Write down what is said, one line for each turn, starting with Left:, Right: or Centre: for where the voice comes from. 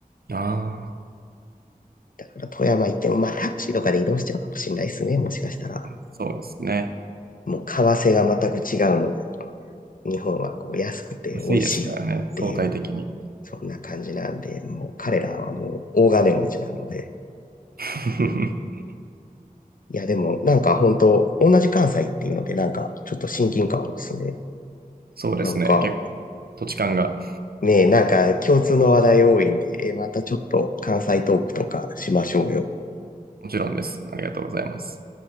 Right: あ
Left: だから富山行っても、まあタクシーとかで移動しちゃうかもしれないですね、もしかしたら。
Right: あ、そうですね。
Left: もう為替が全く違うので、あの日本はこう安くて美味しいっていう、
Right: 安いですからね、相対的に。
Left: そんな感じなんで、もう彼らはもう大金持ちなので、
Right: <laughs>
Left: いや、でも、なんか本当同じ関西っていうので、なんか、ちょっと親近感ですね。
Right: そうですね。
Left: なんか、
Right: 結土地勘が。
Left: ねえ、なんか共通の話題多いんで、えまたちょっと関西トークとかしましょうよ。
Right: もちろんです。ありがとうございます。